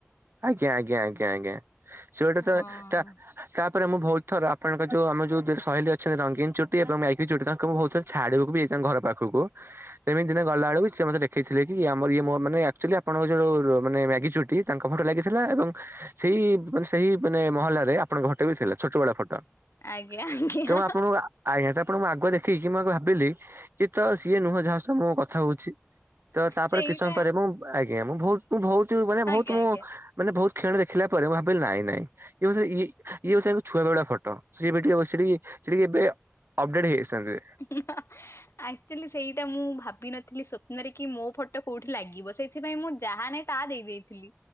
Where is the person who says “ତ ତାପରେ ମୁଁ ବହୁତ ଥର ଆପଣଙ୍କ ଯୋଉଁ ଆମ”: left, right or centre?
Right